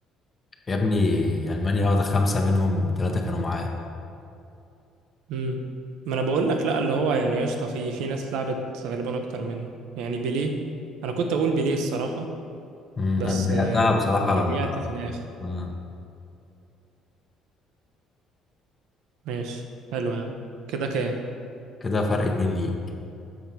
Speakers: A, on the left; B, on the right.
A: يا ابني ألمانيا واخدة خمسة منهم تلاتة كانوا معاه
B: امم ما أنا بقول لك لأ اللي هو يعني قشطة في في ناس لعبت غالبا أكتر منه يعني بيليه أنا كنت أقول بيليه الصراحة
A: أمم،
B: بس
A: أنا ضيعتها
B: آه،
A: بصراحة
B: رجعت في الآخر
A: آه.
B: ماشي حلو يا عم كده كام
A: كده فرق اتنين ليك